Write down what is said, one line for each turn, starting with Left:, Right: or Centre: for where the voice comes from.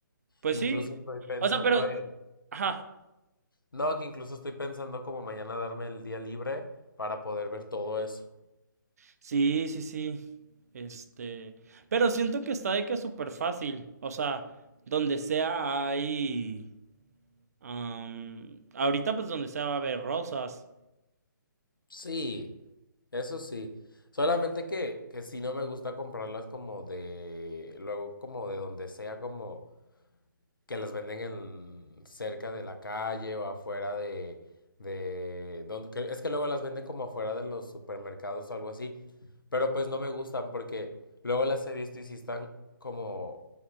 Right: Pues
Left: Incluso
Right: sí.
Left: estoy pensando
Right: O sea, pero...
Left: en...
Right: Ajá.
Left: No, que incluso estoy pensando como mañana darme el día libre para poder ver todo eso.
Right: Sí, sí, sí. Este... Pero siento que está de que es súper fácil. O sea, donde sea hay... am, ahorita pues donde sea va a haber rosas.
Left: Sí, eso sí. Solamente que, que sí no me gusta comprarlas como de, luego como de donde sea, como que las venden en, cerca de la calle o afuera de, de, donde, que- es que luego las venden como afuera de los supermercados o algo así. Pero pues no me gustan porque luego las he visto y sí están como,